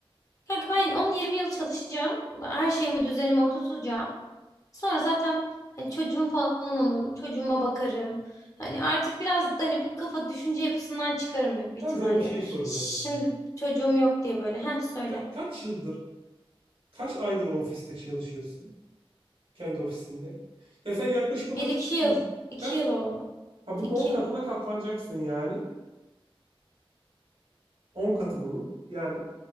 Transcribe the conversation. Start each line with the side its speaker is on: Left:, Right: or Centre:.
Left: Kanka ben 10-20 yıl çalışacağım. Her şeyimi düzenime oturtacağım. Sonra zaten hani çocuğum falan olur. Çocuğuma bakarım. Hani artık biraz hani bu kafa düşünce yapısından çıkarım büyük bir
Right: Ben
Left: ihtimalle.
Right: sana bir şey soracağım
Left: Şimdi
Right: yani.
Left: çocuğum yok diye böyle. Heh söyle.
Right: Sen kaç yıldır, kaç aydır o ofiste çalışıyorsun? Kendi ofisinde. Ya sen yaklaşık
Left: Bir
Right: olarak
Left: iki
Right: kaç
Left: yıl.
Right: yıl?
Left: iki
Right: Kaç?
Left: yıl oldu.
Right: Ha bunun
Left: İki.
Right: 10 katına katlanacaksın yani. on katı bunun. Yani